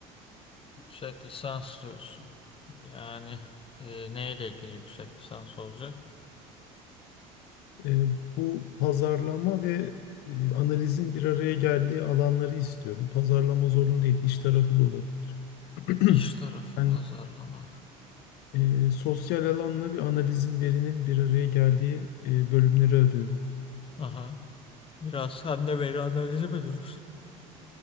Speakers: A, on the left (about 30°); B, on the left (about 65°).
A: Yüksek lisans diyorsun. Yani e, neyle ilgili yüksek lisans olacak?
B: E, bu pazarlama ve e, analizin bir araya geldiği alanları istiyorum. Pazarlama zorunlu değil, iş tarafı da olabilir. <clears throat>
A: İş tarafı
B: Ben
A: pazarlama.
B: e, sosyal alanla bir analizin, verinin bir araya geldiği e, bölümleri arıyorum.
A: Aha. Biraz sen de veri analizi mi diyorsun?